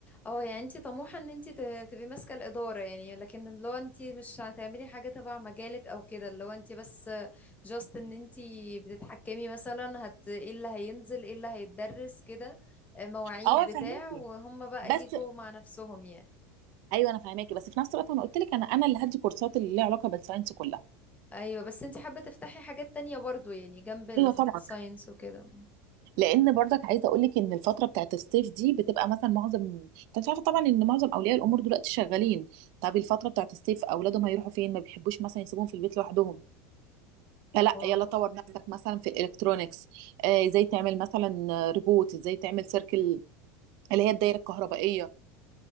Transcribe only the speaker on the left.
اه يعني انت طموحة ان انت ت- تبقي ماسكة الإدارة يعني لكن لو انت مش هتعملي حاجة تبع مجالك او كده لو انت بس جاست ان انت بتتحكمي مثلا هت ايه اللي هينزل ايه اللي هيتدرس كده آه، مواعيد
بتاع
وهم بقى
يجوا مع نفسهم يعني
ايوه بس انت حابة تفتحي حاجات تانية برضو يعني جنب الساينس
وكده
اه